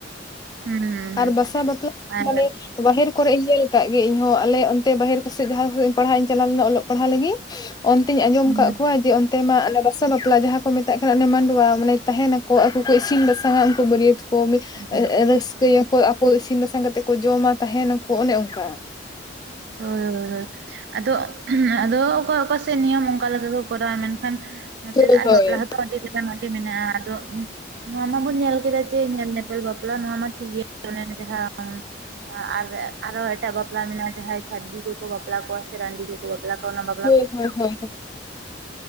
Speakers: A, on the right (about 60°); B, on the left (about 20°).
A: ᱦᱩᱸ ᱦᱩᱸ
B: ᱟᱨ ᱵᱟᱥᱟ ᱵᱟᱯᱞᱟ
A: ᱟᱨᱼᱼ
B: ᱢᱟᱱᱮ ᱵᱟᱦᱮᱨ ᱠᱚᱨᱮᱜ ᱤᱭᱟᱹ ᱟᱠᱟᱜ ᱜᱮ ᱤᱧ ᱦᱚᱸ ᱟᱞᱮᱭᱟᱜ ᱚᱱᱛᱮ ᱵᱟᱦᱮᱨ ᱠᱚ ᱥᱮᱫ ᱡᱟᱦᱟᱸᱠᱚᱥᱮᱫ ᱯᱟᱲᱦᱟᱜ ᱤᱧ ᱪᱟᱞᱟᱶ ᱞᱮᱱᱟ ᱚᱞᱚᱜᱼᱼ ᱯᱟᱲᱦᱟᱜ ᱞᱟᱹᱜᱤ ᱚᱱᱛᱮᱧ ᱟᱸᱡᱚᱢ
A: ᱦᱩᱸ
B: ᱠᱟᱜ ᱠᱚᱣᱟ ᱡᱮ ᱚᱱᱼᱼ ᱛᱮ ᱢᱟ ᱵᱟᱥᱟ ᱵᱟᱯᱞᱟ ᱡᱟᱦᱟᱸ ᱠᱚ ᱢᱮᱛᱟᱜ ᱠᱟᱱᱟ ᱚᱱᱮ ᱢᱟᱰᱣᱟ ᱢᱟᱱᱮ ᱛᱟᱦᱮᱱᱟᱠᱚ ᱟᱠᱚ ᱠᱚ ᱤᱥᱤᱱ ᱵᱟᱥᱟᱝᱟ ᱩᱱᱠᱩ ᱵᱟᱹᱨᱭᱟᱹᱛᱼᱼ ᱠᱚᱢᱮ
A: ᱦᱩᱸ
B: ᱨᱟᱹᱥᱠᱟᱹᱭᱟᱠᱚ ᱟᱠᱚ ᱤᱥᱤᱱ ᱵᱟᱥᱟᱝ ᱠᱟᱛᱮᱜ ᱠᱚ ᱡᱚᱢᱟ ᱛᱟᱦᱮᱱᱟᱠᱚ ᱚᱱᱮ ᱚᱱᱠᱟ᱾
A: ᱦᱳᱭ ᱦᱳᱭ ᱟᱫᱚ ᱟᱫᱚ ᱚᱠᱟ ᱚᱠᱟᱼᱼ ᱛᱮ ᱱᱤᱭᱚᱢ ᱚᱱᱠᱟ ᱞᱮᱠᱟ ᱠᱚ ᱠᱚᱨᱟᱣᱟ ᱢᱮᱱᱠᱷᱟᱱ ᱱᱚᱛᱮ
B: ᱦᱳᱭ
A: ᱫᱚ ᱟᱨ
B: ᱦᱳᱭ
A: ᱵᱟᱯᱞᱟᱼᱼ ᱛᱚ ᱟᱹᱰᱤ ᱞᱮᱠᱟᱱᱟᱜ ᱜᱮ ᱢᱱᱟᱜ-ᱟ ᱟᱫᱚᱼᱼ ᱱᱚᱣᱟ ᱢᱟ ᱵᱚᱱ ᱧᱮᱞ ᱠᱮᱫᱟ ᱡᱮ ᱧᱮᱞ ᱧᱮᱯᱮᱞ ᱵᱟᱯᱞᱟ ᱱᱚᱣᱟ ᱢᱟ ᱴᱷᱤᱠ ᱜᱮᱭᱟ ᱚᱱᱮ ᱡᱟᱦᱟᱸᱼᱼ ᱟᱨ ᱟᱨᱦᱚ ᱮᱴᱟᱜ ᱵᱟᱯᱞᱟ ᱢᱮᱱᱟᱜᱼᱟ ᱡᱟᱦᱟᱸᱭ ᱪᱷᱟᱹᱰᱩᱭᱤ ᱠᱚᱠᱚ ᱵᱟᱯᱞᱟ ᱠᱚᱣᱟ ᱥᱮ ᱨᱟᱺᱰᱤ ᱠᱚᱠᱚ ᱵᱟᱯᱼᱼ ᱵᱟᱯᱞᱟ ᱠᱚᱣᱟ ᱟᱱᱟ ᱵᱟᱯᱼᱼ
B: ᱦᱳᱭ ᱦᱳᱭ ᱦᱳᱭ